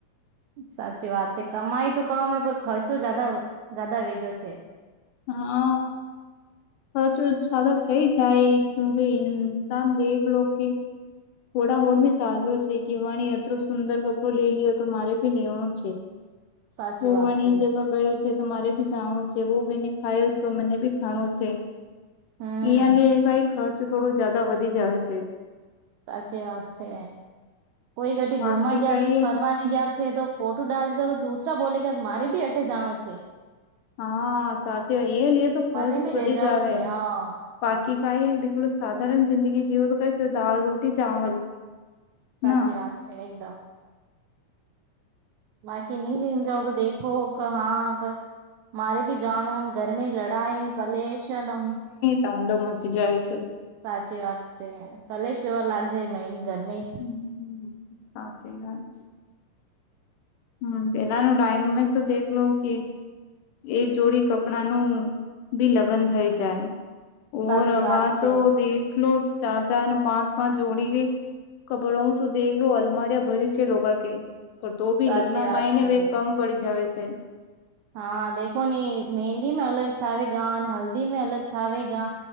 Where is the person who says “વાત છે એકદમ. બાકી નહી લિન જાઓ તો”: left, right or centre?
Right